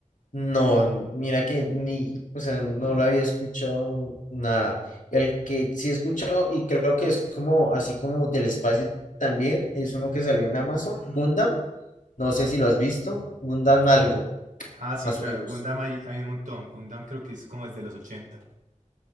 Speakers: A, on the left; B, on the right.
A: No, n- mira que ni, o sea, no lo había escuchado nada. El que sí he escuchado y creo que es como así como del espacio también, es uno que salió en Amazon, Gundam, no sé si lo has visto, Gundam algo,
B: Ah, sí,
A: más
B: claro,
A: o menos.
B: Gundam hay, hay un montón. Gundam creo que es como desde los ochenta